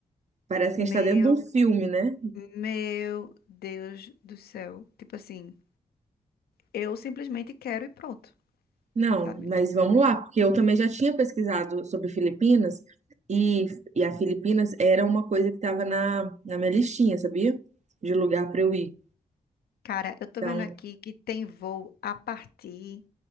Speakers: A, on the right; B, on the left.
A: Parece que
B: Meu,
A: a gente está dentro de um filme, né?
B: meu Deus do céu. Tipo assim, eu simplesmente quero e pronto,
A: Não,
B: sabe?
A: mas vamos lá, porque eu também já tinha pesquisado sobre Filipinas e, e a Filipinas era uma coisa que estava na, na minha listinha, sabia? De lugar para eu ir.
B: Cara, eu tô
A: Então,
B: vendo aqui que tem voo a partir